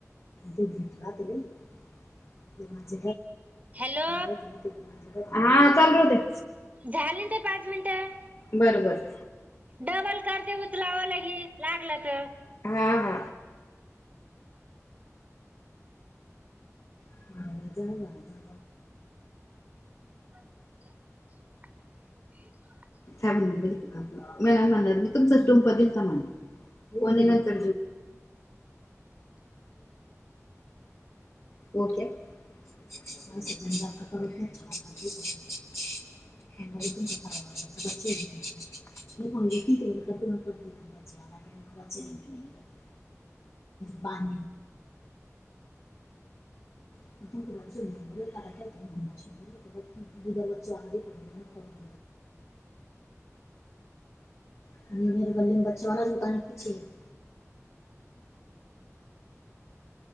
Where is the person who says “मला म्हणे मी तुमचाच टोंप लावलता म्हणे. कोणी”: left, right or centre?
Left